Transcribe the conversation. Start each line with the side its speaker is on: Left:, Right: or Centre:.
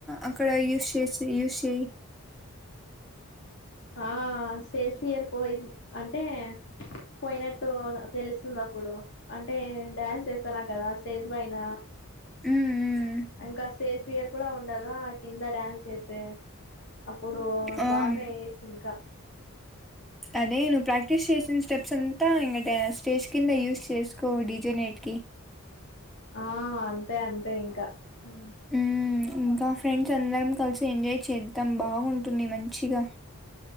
Centre: అక్కడ యూస్ చేసి యూస్ చేయి
Left: ఆ స్టేజ్ ఫియర్ పోయి అంటే పోయినట్టు తెలుస్తుంది అప్పుడు అంటే డ్యాన్స్ చేస్తానా కదా స్టేజ్ పైన
Centre: ఉమ్మ్
Left: ఇంకా స్టేజ్ పియర్ కూడా ఉ కదా కింద డాన్స్ చేస్తే అప్పుడు
Centre: ఆ
Left: బాగా ఎయ్యొచ్చు ఇంకా
Centre: అదే నువ్వు ప్రాక్టీస్ చేసిన స్టెప్స్ అంతా ఇంక స్టేజ్ కింద యూస్ చేసుకో డీజే నైట్ కి
Left: ఆ అంతే అంతే ఇంకా ఉ
Centre: ఉ ఇంకా ఫ్రెండ్స్ అందరం కలిసి ఎంజాయ్ చేద్దాం బాగుంటుంది మంచిగా